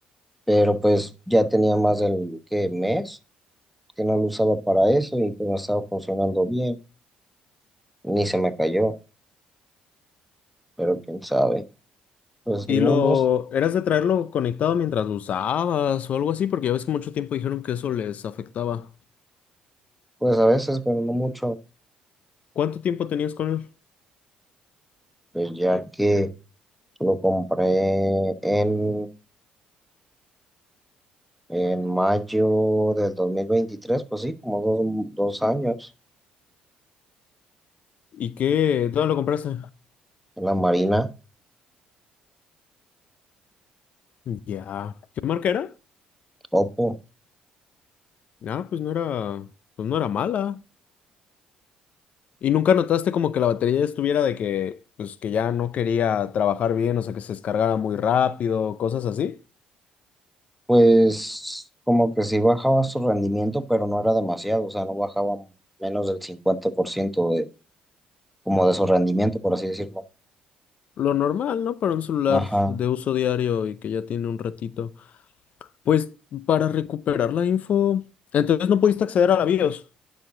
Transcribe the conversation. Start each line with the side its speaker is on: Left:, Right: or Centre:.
Centre: Pero pues ya tenía más del que mes que no lo usaba para eso y pues no estaba funcionando bien. Ni se me cayó, pero quién sabe. Pues
Left: Y
Centre: no,
Left: lo
Centre: no,
Left: eras de traerlo conectado mientras lo usabas o algo así, porque ya ves que mucho tiempo dijeron que eso les afectaba.
Centre: pues a veces, pero no mucho.
Left: ¿Cuánto tiempo tenías con él?
Centre: Pues ya que lo compré en, en mayo del dos mil veintitrés pues sí, como dos, dos años
Left: ¿Y qué? ¿Dónde lo compraste?
Centre: en la Marina.
Left: Ya. ¿Qué marca era?
Centre: Oppo.
Left: Ah, pues no era, pues no era mala. ¿Y nunca notaste como que la batería estuviera de que, pues que ya no quería trabajar bien, o sea, que se descargara muy rápido, cosas así?
Centre: Pues como que sí bajaba su rendimiento, pero no era demasiado, o sea, no bajaba menos del 50% de, como de su rendimiento, por así decirlo.
Left: Lo normal, ¿no? Para un celular
Centre: Ajá,
Left: de uso diario y que ya tiene un ratito. Pues para recuperar la info, entonces no pudiste acceder a la BIOS.